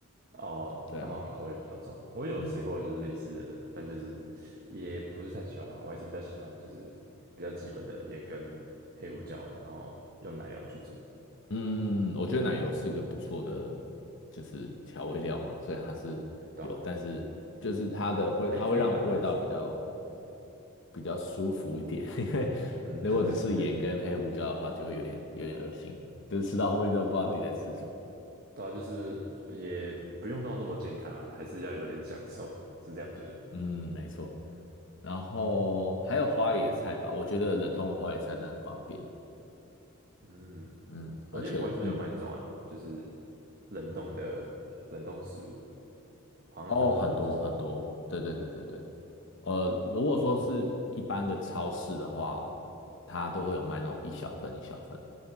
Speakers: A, on the right; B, on the left.
A: 哦，
B: 对啊，
A: 他们好像口味比较重。我有吃过就是类似的，
B: 嗯
A: 但就是也不是太喜欢啊。我还是比较喜欢就是比较基本的盐跟黑胡椒，然后用奶油去煮，
B: 嗯，我觉得奶油是个不错的，就是调味料嘛，虽然它是有，
A: 对啊，
B: 但是就是它的会，
A: 还可以啦，
B: 它会让味道比较
A: 就是嗯
B: 比较舒服一点，<laughs> 因为如果只是盐跟黑胡椒的话，
A: 嗯，真的对，
B: 就会有点有点恶心，就是吃到后面都不知道自己在吃什么。
A: 对啊，就是也不用到那么健康啊，还是要有点享受，我是这样觉得。
B: 嗯，没错。然后还有花椰菜吧，我觉得冷冻的花椰菜真的很方便。
A: 嗯，
B: 嗯，
A: 我记得国外是不是有卖那种啊，
B: 而且嗯，
A: 就是冷冻的冷冻食物，好像很多这种的，
B: 哦，很多很多，对对对对对。呃，如果说是一般的超市的话，它都会有卖那种一小份一小份，